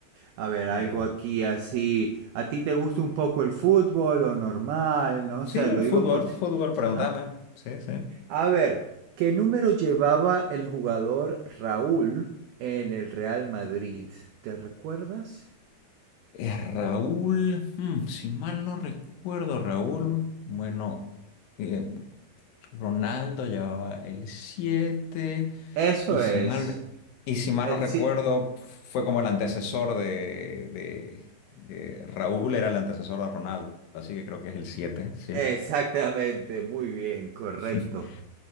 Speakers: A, on the right (about 80°); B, on the left (about 80°).
A: A ver,
B: Eh,
A: algo aquí así. ¿A ti te gusta un poco el fútbol o normal? No
B: sí,
A: sé, lo
B: el
A: digo
B: fútbol,
A: por... si-
B: fútbol, pregúntame.
A: Ajá.
B: Sí, sí.
A: A ver, ¿qué número llevaba el jugador Raúl en el Real Madrid? ¿Te recuerdas?
B: Eh, Raúl, mm, si mal no recuerdo, Raúl, bueno, eh, Ronaldo llevaba el 7.
A: Eso
B: Y si
A: es.
B: mal, y si mal
A: El
B: no recuerdo,
A: sí.
B: fue como el antecesor de, de- de- Raúl, era el antecesor de Ronaldo, así que creo que es el siete ¿sí?
A: Exactamente, muy bien, correcto.
B: <laughs>